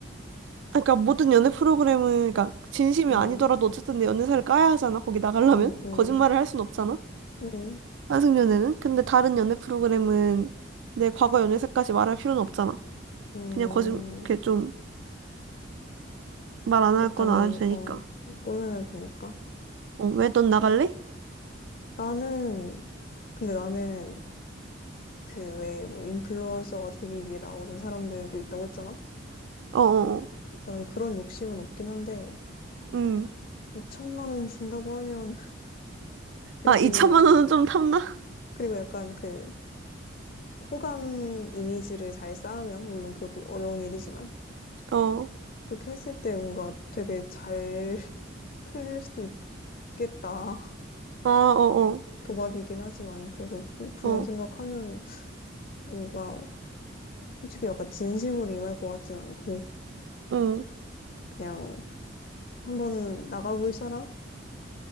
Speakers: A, on the right; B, on the left.
A: 아, 그러니까 모든 연애 프로그램은, 그러니까 진심이
B: 음,
A: 아니더라도 어쨌든 내 연애사를 까야 하잖아. 거기 나가려면.
B: 음, 음,
A: 거짓말을 할 순 없잖아.
B: 음,
A: 환승연애는? 근데 다른 연애 프로그램은 내 과거 연애사까지 말할 필요는 없잖아. 그냥
B: 음,
A: 거짓, 이렇게 좀 말 안
B: 적당히,
A: 할 거나 안 해도 되니까.
B: 어, 꾸며내도 되니까.
A: 어, 왜 넌 나갈래?
B: 나는, 근데 나는 그 왜 뭐 인플루언서가 되기 위해 나오는 사람들도 있다고 했잖아?
A: 어어어,
B: 나는 그런 욕심은 없긴 한데,
A: 음.
B: 2천만 원 준다고 하면 <laughs> 그리고
A: 아, 2천만 원은 좀 탐나?
B: 그리고 약간 그 호감 이미지를 잘 쌓으면 물론 그것도 어려운 일이지만
A: 어,
B: 그렇게 했을 때 뭔가 되게 잘 <laughs> 풀릴 수도 있겠다. <laughs>
A: 아, 어어,
B: 도박이긴 하지만 그래서 그- 그런
A: 어, 어.
B: 생각하면 뭔가 솔직히 약간 진심으로 임할 것 같진 않고
A: 응,
B: 그냥 한번 나가볼 사람?